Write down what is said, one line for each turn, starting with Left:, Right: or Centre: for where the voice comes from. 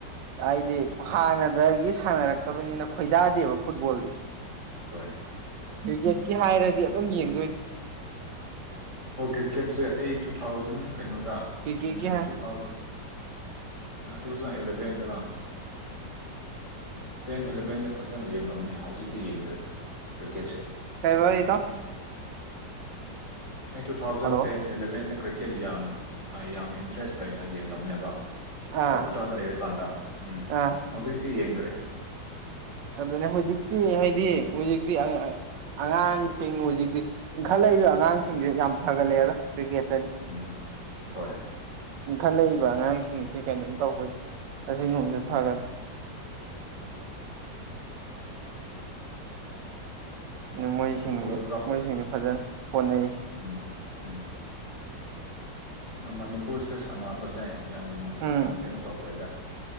Right: ꯑꯩꯗꯤ ꯍ꯭ꯥꯟꯅꯗꯒꯤ ꯁꯥꯟꯅꯔꯛꯇꯕꯅꯤꯅ ꯈꯣꯏꯗꯥꯗꯦꯕ ꯐꯨꯠꯕꯣꯜꯗꯤ
Left: ꯍꯣꯏ
Right: ꯌꯦꯠꯀꯤ ꯍꯥꯏꯔꯗꯤ ꯑꯗꯨꯝ ꯌꯦꯡꯗꯣꯏꯅꯤ
Left: ꯑꯣ ꯀ꯭ꯔꯤꯀꯦꯠꯁꯦ ꯑꯩ ꯇꯨ ꯊꯥꯎꯖꯟ ꯀꯩꯅꯣꯗ
Right: ꯀ꯭ꯔꯤꯛꯀꯦꯠꯀꯤ
Left: ꯎꯝ two thousand two thousand ꯑꯦꯂꯚꯦꯟꯗꯔ <inaudible> ten ꯑꯦꯂꯚꯦꯟꯗ ꯐꯖꯅ ꯌꯦꯡꯂꯝꯃꯦ ꯍꯧꯖꯤꯛꯇꯤ ꯌꯦꯡꯗꯔ꯭ꯦ ꯀ꯭ꯔꯤꯛꯀꯦꯠꯁꯦ
Right: ꯀꯩꯕ ꯏꯇꯥꯎ
Left: ꯑꯩ ꯇꯨ ꯊꯥꯎꯖꯟ
Right: ꯍꯜꯂꯣ
Left: ꯇꯦꯟ ꯑꯦꯂꯚꯦꯟꯗ ꯀ꯭ꯔꯤꯛꯀꯦꯠ ꯌꯥꯝ ꯌꯥꯝ ꯏꯟꯇꯔꯦꯁ ꯂꯩꯅ ꯌꯦꯡꯂꯝꯃꯦꯕ
Right: ꯑꯥ
Left: ꯀꯣꯜꯀꯇꯥꯗ ꯂꯩꯔꯀꯥꯟꯗ ꯎꯝ
Right: ꯑꯥ
Left: ꯍꯧꯖꯤꯛꯇꯤ ꯌꯦꯡꯗ꯭ꯔꯦ
Right: ꯑꯗꯨꯅꯦ ꯍꯧꯖꯤꯛꯇꯤ ꯍꯥꯏꯗꯤ ꯍꯧꯖꯤꯛꯇꯤ ꯑꯉꯥꯡꯁꯤꯡ ꯍꯨꯖꯤꯛꯇꯤ ꯏꯟꯈꯠꯂꯛꯏꯕ ꯑ ꯉꯥꯡꯁꯤꯡꯁꯦ
Left: ꯎꯝ
Right: ꯌꯥꯝ ꯐꯒꯠꯂꯛꯑꯦꯗ ꯀ꯭ꯔꯤꯀꯦꯠꯇꯗꯤ
Left: ꯎꯝ ꯍꯣꯏ
Right: ꯏꯟꯈꯠꯂꯛꯏ ꯕ ꯑꯉꯥꯡꯁꯤꯡꯁꯤ ꯀꯩꯅꯣꯝ ꯇꯧꯕꯁꯦ ꯑꯁꯤꯒꯨꯝꯕꯗꯨ
Left: ꯎꯝ
Right: ꯐꯒꯅꯤ ꯑꯗꯨ ꯃꯣꯏꯁꯤꯡꯗꯤ
Left: ꯋꯥꯔꯜ ꯀꯞ
Right: ꯃꯣꯏꯁꯤꯡꯗꯤ ꯐꯖꯅ ꯍꯣꯠꯅꯩ
Left: ꯎꯝ ꯎꯝ ꯃꯅꯤꯄꯨꯔꯁꯦ ꯁꯥꯟꯅꯕꯁꯦ ꯌꯥꯝ
Right: ꯎꯝ
Left: ꯑ ꯀꯩꯅꯣ ꯇꯧꯈ꯭ꯔꯦꯗ